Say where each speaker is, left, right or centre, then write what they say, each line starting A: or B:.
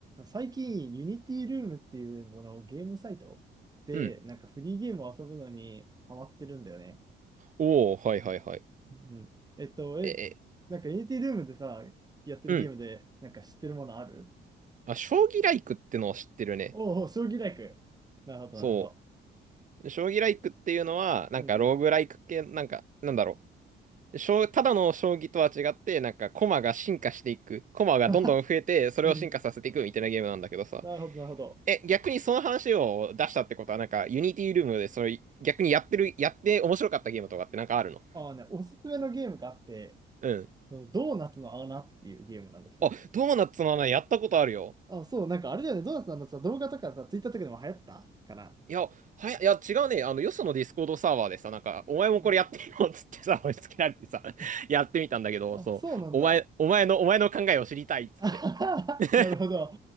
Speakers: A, on the right; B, on the right.
A: 最近、ユニティルームっていうそのゲームサイトで、
B: うん。
A: なんかフリーゲームを遊ぶのにハマってるんだよね。
B: おお、はいはいはい。
A: うん。えっと、え、
B: ええ、
A: なんかユニティルームでさ、やってるゲームで、
B: うん。
A: なんか知ってるものある
B: あ、将棋ライクってのを知ってるね。
A: おお、将棋ライク。なるほど、
B: そ
A: なるほど。
B: う。将棋ライクっていうのは、なんかローグライク系、
A: うんうん。
B: なんか、なんだろう。将ただの将棋とは違って、なんか駒が進化していく。駒がどんどん増えて、
A: <laughs>
B: それを進化させていくみたいなゲームなんだけどさ。
A: うんなるほど、なるほど。
B: え、逆にその話を出したってことは、なんか、ユニティルームで、それ、逆にやってる、やって面白かったゲームとかってなんかあるの
A: ああね、おすすめのゲームがあって、
B: うん。
A: ドーナツの穴っていうゲームなんだけど、
B: あ、ドーナツの穴やったことあるよ。
A: あ、そう、なんかあれだよね、ドーナツのあのさ、動画とかさ、ツイッターとかでも流行ってたかな。
B: いや、はや、いや、違うね。あの、よそのディスコードサーバーでさ、なんか、お前もこれやってよっつってさ、
A: うん
B: <laughs> 押し付けられてさ、
A: あ、
B: やってみたんだけど、
A: あそうなんだ。
B: そう、お前、お前の、お前の考えを知りたいっつって。
A: <laughs>
B: <laughs>
A: なるほど。